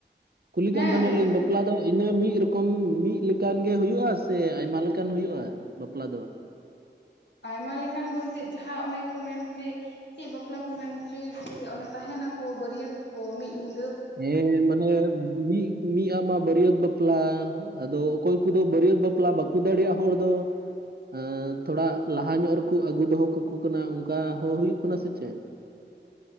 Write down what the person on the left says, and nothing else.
ᱦᱮᱸ
ᱟᱸᱡᱚᱢ
ᱫᱟᱞᱤᱧ
ᱟᱭᱢᱟ ᱞᱮᱠᱟᱱ ᱵᱚᱞᱛᱮ, ᱡᱟᱦᱟᱸ ᱚᱱᱮ ᱠᱚ ᱢᱮᱱ ᱦᱚᱪᱭᱮ ᱪᱮᱫ ᱵᱟᱯᱞᱟ ᱠᱚ ᱢᱮᱱ ᱦᱚᱪᱚᱭᱮᱫᱟ ᱠᱤ ᱚᱱᱮ ᱛᱟᱦᱮᱱᱟᱠᱚ ᱵᱟᱹᱨᱭᱟᱹᱛ ᱠᱚ ᱢᱤᱫ ᱧᱤ